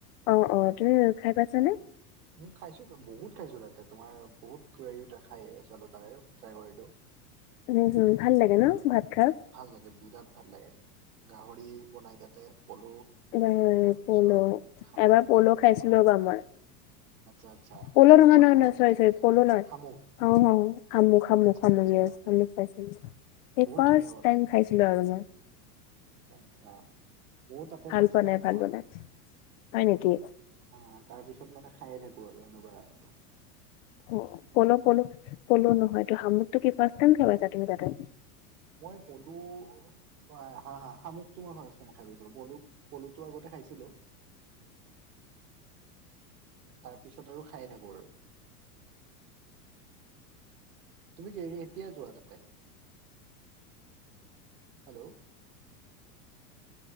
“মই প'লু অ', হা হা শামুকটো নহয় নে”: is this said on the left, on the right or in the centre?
Right